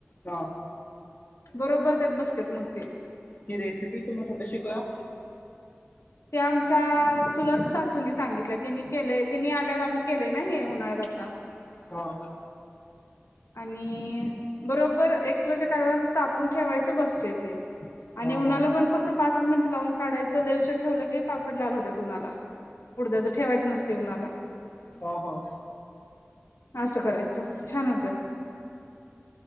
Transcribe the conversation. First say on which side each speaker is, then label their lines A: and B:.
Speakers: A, on the left; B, on the left.
A: हा,
B: बरोबर त्यात बसत्यात मग. ते.
A: ही रेसिपी तुम्ही कुठे शिकला?
B: ते आमच्या चुलत सासूनी सांगितल त्यांनी केलय त्यांनी आल्यावर आम्ही केलय ना हे उन्हाळ्यात आता.
A: हा.
B: आणि बरोबर एक किलोच्या कागदात अस चापून ठेवायचं बसतंय ते. आणि
A: ह
B: उन्हाला
A: ह
B: पण फक्त पाचच मिनिट लावून काढायचं, लय उशर ठेवलं की पापड लाल होत्यात उन्हाला. उडद्याचं ठेवायचं नसत ते ऊनाला.
A: हां, हां.
B: असं करायचं छान होत्यात.